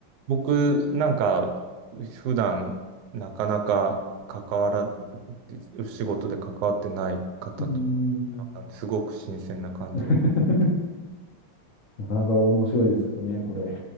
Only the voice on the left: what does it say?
うーん。
<laughs> なかなか面白いですよね、これ。